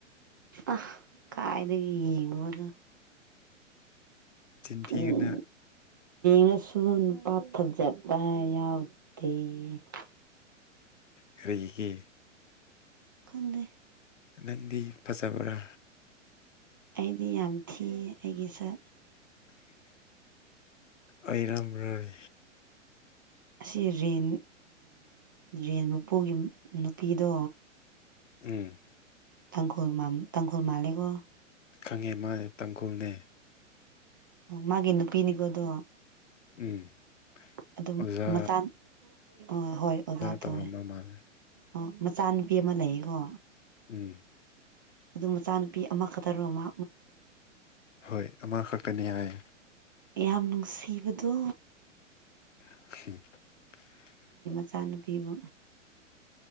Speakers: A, on the right; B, on the left.
A: ꯑ ꯀꯥꯏꯗꯒꯤ ꯌꯦꯡꯕꯅ‌ꫭ
B: ꯆꯤꯟ ꯊꯤꯒꯅ
A: ꯎꯝ ꯉꯁꯤ ꯁꯨꯟ ꯄꯥꯊꯖꯠꯄ ꯌꯥꯎꯗꯦ <unintelligible>
B: ꯀꯔꯤꯒꯤ
A: ꯈꯪꯗꯦ
B: ꯅꯪꯗꯤ ꯐꯖꯕ꯭ꯔꯥ
A: ꯑꯩꯗꯤ ꯌꯥꯝ ꯊꯤꯌꯦ ꯑꯩꯒꯤ ꯁꯛ
B: ꯑꯩꯔꯝ ꯔꯝ
A: ꯑꯁꯤ ꯔꯦꯟ ꯔꯦꯟ ꯃꯄꯨꯒꯤ ꯅꯨꯄꯤꯗꯣ
B: ꯎꯝ
A: ꯇꯥꯡꯈꯨꯜ ꯇꯥꯡꯈꯨꯜ ꯃꯥꯜꯂꯦꯀꯣ
B: ꯈꯪꯉꯦ ꯃꯥꯅꯦ ꯇꯥꯡꯈꯨꯜꯅꯦ
A: ꯃꯥꯒꯤ ꯅꯨꯄꯤꯅꯤꯀꯣ ꯑꯗꯣ
B: ꯎꯝ
A: ꯑꯗꯨꯝ
B: ꯑꯣꯖꯥ
A: ꯃꯆꯥ ꯑ ꯍꯣꯏ ꯑꯣꯖꯥ ꯇꯧꯋꯦ
B: ꯇꯧꯔꯝꯕ ꯃꯥꯜꯂꯦ
A: ꯑ ꯃꯆꯥꯅꯨꯄꯤ ꯑꯃ ꯂꯩꯌꯦꯀꯣ
B: ꯎꯝ
A: ꯑꯗꯨ ꯃꯆꯥꯅꯨꯄꯤ ꯑꯃ ꯈꯛꯇꯔꯣ ꯑꯃ
B: ꯍꯣꯏ ꯑꯃꯥ ꯈꯛꯇꯅꯤ ꯍꯥꯏ
A: ꯌꯥꯝ ꯅꯨꯡꯁꯤꯕꯗꯣ
B: ꯎ
A: ꯏꯆꯥꯅꯨꯄꯤꯕꯨ